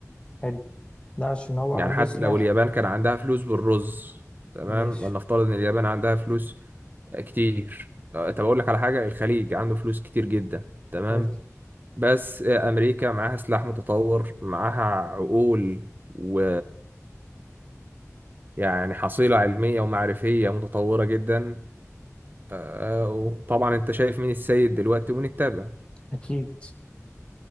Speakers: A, on the left (about 20°); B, on the right (about 35°).
A: حلو لا عشان هو عنده
B: يعني حتى
A: سلاح
B: لو اليابان كان عندها فلوس بالرز تمام
A: ماشي
B: ولنفترض ان اليابان عندها فلوس آه، كتير آه، طب اقول لك على حاجه الخليج عنده فلوس كتير جدا تمام
A: حلو
B: بس أمريكا معاها سلاح متطور معاها عقول و يعني حصيلة علمية ومعرفية متطورة جدا آه، وطبعا أنت شايف مين السيد دلوقتي ونتابع
A: اكيد